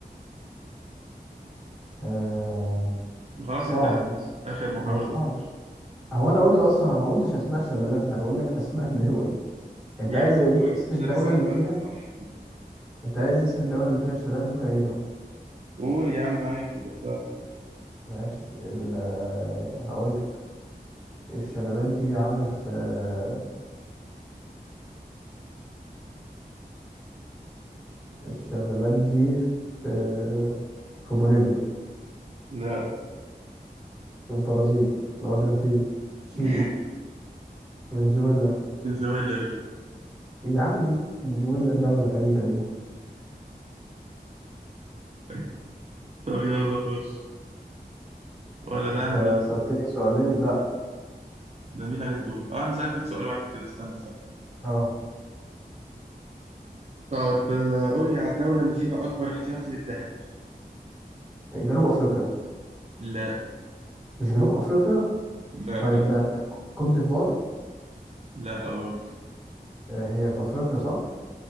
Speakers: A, in the centre; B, on the right.
A: آه
B: وخلاص
A: صعبة
B: أنت
A: بس
B: آخر محاولة
A: هي صعبة
B: أقول يلا
A: هو أنا قلت أصلا أنا ما قلتش أسماء شلالات أنا بقول لك أسماء <laughs> دول أنت
B: يا
A: عايز
B: عم
A: إيه؟
B: أنت ما جبتش
A: اسم الدولة
B: لا دي صح
A: اللي
B: ولا
A: فيها
B: دي صح
A: أنت عايز اسم الدولة اللي فيها الشلال ممكن أجيبها
B: قول يا عم عادي لا تعب.
A: ماشي ال آه، هقول لك. الشلالات دي يا عم في آه، الشلالات دي في آه، في بوليفيا
B: لا.
A: في البرازيل الأرجنتين تشيلي
B: <laughs>
A: فنزويلا
B: الزمالة يا
A: يا عم ايه فنزويلا الدولة الغريبة دي
B: باشا طب يلا خش ولا ده
A: انت
B: أنا ده
A: سألتني سؤالين لا
B: ده مين عليه الدور آه أنا سألتك سؤال واحد كده استنى صح
A: اه
B: طيب آه، قول لي على الدولة اللي فيها أكبر احتياطي للذهب
A: جنوب افريقيا
B: لا
A: مش جنوب افريقيا
B: لا
A: طيب
B: لا
A: آه، كوت ديفوار
B: لا برضه
A: آه، هي في افريقيا صح